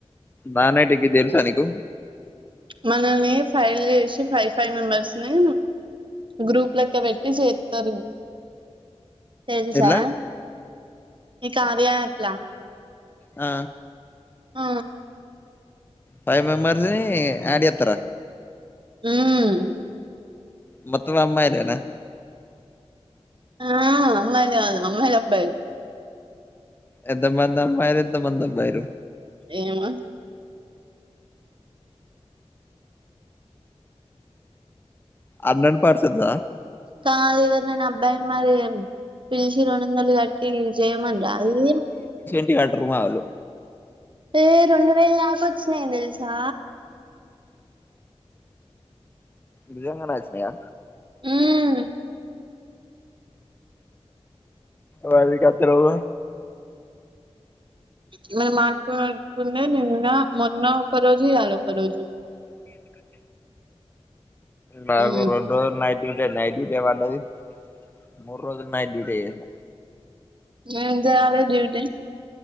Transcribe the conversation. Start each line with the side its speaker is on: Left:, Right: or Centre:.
Left: దనైటికి తెల్స నీకు
Right: మనమే ఫైల్ చేషి ఫైవ్ ఫైవ్ మెంబర్స్ నీ గ్రూప్ లెక్క పెట్టి చేత్తారు తెల్సా
Left: ఎట్లా
Right: ఈ కార్య యాప్ ల
Left: ఆ
Right: ఆ
Left: ఫైవ్ మెంబర్స్ నీ యాడ్ చేత్తర
Right: ఊమ్
Left: మొత్తం అమ్మాయిలేన
Right: ఆ అమ్మాయికాదు అమ్మాయిది అబ్బాయిలు
Left: ఎంత మంది అమ్మాయిలు ఎంత మంది అబ్బాయిలు
Right: ఏమో
Left: అన్రేడ్ పర్సన్స
Right: కాదు ఎవర్నన్న అబ్బాయిన్ మరీ పిలిచి రొండొందలు కట్టీ తిస్ చై మన్రాదిది
Left: ఇగ అంటారు మాలు
Right: ఏ రెండు వేల్ దాకొచ్చినయ్ తెల్సా
Left: నిజంగానే అచ్చినాయ
Right: ఊమ్
Left: వాలి కత్తలెవు
Right: ఇవాల మాట్లాడుకున్నది నిన్న మొన్న ఒక్క రోజు ఇయ్యాల ఒక రోజు
Left: <inaudible> నాకు
Right: ఉమ్
Left: రొండ్రోజులు నైట్ ఇంటె నైట్ డ్యూటే పడ్డది మూర్రోజులు నైట్ డ్యూటే చేసిన
Right: ఏం చేయాలె డ్యూటి